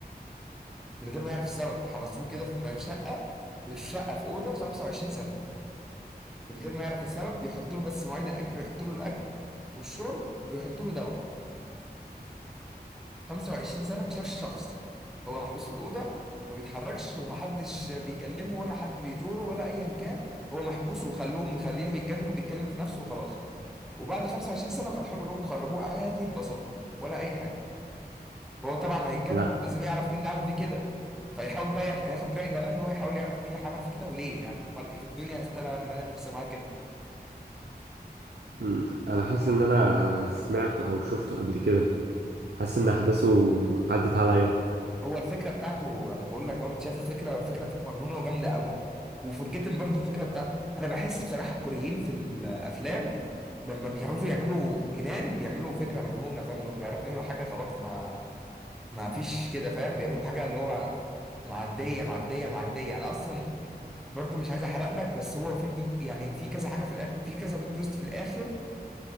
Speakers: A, in the centre; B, on the right.
A: من غير ما يعرف السبب حبسوه كده في شقة في شقة في أوضة 25 سنة من غير ما يعرف السبب بيحط له بس مواعيد الأكل بيحط له الأكل والشرب وبيحط له دواء 25 سنة ما شافش شخص هو محبوس في الأوضة ما بيتحركش ومحدش بيكلمه ولا حد بيزوره ولا أيا كان هو محبوس وخلوه مخلينه يتجنن وبيتكلم في نفسه وخلاص وبعد 25 سنة فتحوا له الباب وخرجوه عادي ببساطة ولا أي حاجة فهو طبعا هيتجنن
B: لا
A: لازم يعرف مين اللي عمل فيه كده فيحاول بقى ياخد رحلة بقى إن هو يحاول يعرف مين اللي عمل فيه كده وليه يعني عملت إيه في الدنيا استاهل إن أنا أحبس معاه كده
B: امم انا حاسس ان انا سمعته او شفته قبل كده حاسس ان احداثه عدت عليا
A: هو الفكره بتاعته انا بقول لك اهو انت شايف الفكره فكره مجنونه وجامده قوي وفرجيتن برضو الفكره بتاعت انا بحس بصراحه الكوريين في الافلام لما بيعوزوا يعملوا جنان بيعملوا فكره مجنونه فاهم لو بيعرفوا يعملوا حاجه خلاص ما ما فيش كده فاهم بيعملوا حاجه اللي هو معديه معديه معديه انا اصلا برضو مش عايز احرق لك بس هو في بت... يعني في كذا حاجه في الأ... في كذا بلوت تويست في الاخر